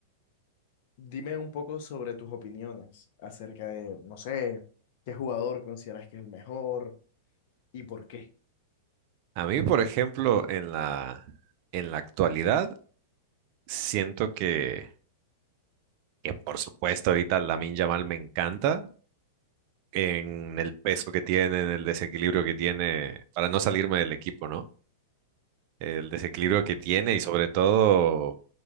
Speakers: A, on the left (about 55°); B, on the right (about 50°).
A: dime un poco sobre tus opiniones acerca de, no sé, qué jugador consideras que es el mejor y por qué.
B: A mí, por ejemplo, en la, en la actualidad, siento que... que por supuesto ahorita Lamine Yamal me encanta en el peso que tiene, en el desequilibrio que tiene, para no salirme del equipo, ¿no? El desequilibrio que tiene y sobre todo